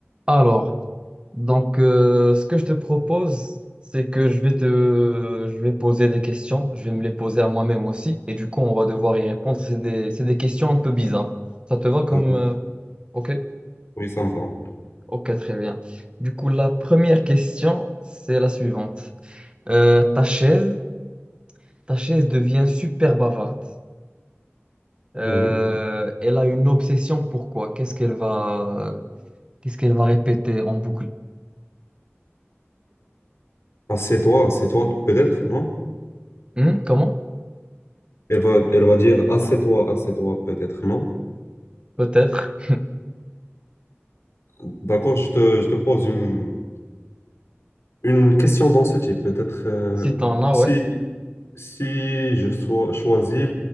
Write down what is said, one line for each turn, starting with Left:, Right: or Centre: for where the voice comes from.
Right: Alors, donc, euh, ce que je te propose, c'est que je vais te, je vais poser des questions, je vais me les poser à moi-même aussi, et du coup, on va devoir y répondre. C'est des, c'est des questions un peu bizarres. Ça te va comme...
Left: D'accord.
Right: euh, Ok,
Left: Oui, ça me va.
Right: ok, très bien. Du coup, la première question, c'est la suivante. Euh, ta chaise, ta chaise devient super bavarde. Euh,
Left: Oui.
Right: elle a une obsession, pourquoi? Qu'est-ce qu'elle va, qu'est-ce qu'elle va répéter en boucle?
Left: Assieds-toi, assieds-toi, peut-être, non?
Right: Hmm, comment?
Left: Elle va, elle va dire assieds-toi, assieds-toi, peut-être, non?
Right: Peut-être.
Left: D'accord, je te, je te pose une, une question dans ce type. Peut-être euh,
Right: Si t'en as,
Left: si,
Right: ouais.
Left: si je sois, choisis